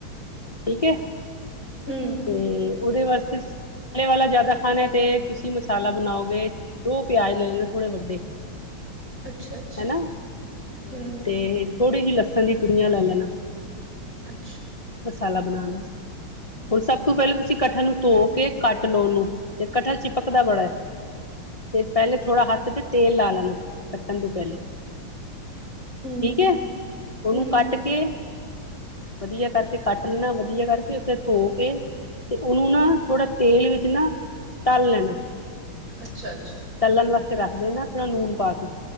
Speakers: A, on the left (about 60°); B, on the right (about 40°).
A: ਠੀਕ ਹੈ।
B: ਹੂੰ
A: ਤੇ ਉਹਦੇ ਵਾਸਤੇ ਮਸਾਲੇ ਵਾਲਾ ਜਾਦਾ ਖਾਨਾ ਏ, ਤੇ ਤੁਸੀ ਮਸਾਲਾ ਬਨਾਓਗੇ। ਦੋ ਪਿਆਜ ਲੈ ਲੇਨਾ ਥੋੜੇ ਵੱਡੇ।
B: ਅੱਛਾ! ਅੱਛਾ
A: ਹਨਾ, ਤੇ
B: ਹੂੰ,
A: ਤੇ ਥੋੜ੍ਹੀ ਜਿਹੀ ਲਸਾਣ ਦੀ ਤੁਰੀਆਂ ਲੈ ਲੈਣਾ।
B: ਅੱਛਾ
A: ਮਸਾਲਾ ਬਣਾਉਣ ਵਾਸਤੇ। ਹੁਣ ਸਭ ਤੋਂ ਪਹਿਲਾਂ ਤੁਸੀਂ ਕਠਲ ਨੂੰ ਧੋ ਕੇ ਕੱਟ ਲਓ ਔਨੂੰ ਤੇ ਕੱਠਲ ਚਿਪਕਦਾ ਬੜਾ ਐ ਤੇ ਪੈਲੇ ਥੋੜ੍ਹਾ ਹੱਥ ਤੇ ਤੇਲ ਲਾ ਲੈਣਾ, ਕੱਟਣ ਤੋਂ ਪੈਲੇ
B: ਹੂੰ,
A: ਠੀਕ ਹੈ, ਉਹਨੂੰ
B: ਹੂੰ,
A: ਕੱਟ ਕੇ ਵਧੀਆ ਕਰਕੇ ਕੱਟ ਲੈਣਾ ਵਧੀਆ ਕਰਕੇ ਫਿਰ ਧੋ ਕੇ ਤੇ ਔਨੂੰ ਨਾ ਥੋੜਾ ਤੇਲ ਵਿੱਚ ਨਾ ਤਲ ਲੈਨਾ
B: ਅੱਛਾ-ਅੱਛਾ।
A: ਤਲਣ ਵਾਸਤੇ ਰੱਖ ਦੇ ਨਾ ਥੋੜ੍ਹਾ ਨੂਨ ਪਾ ਕੇ।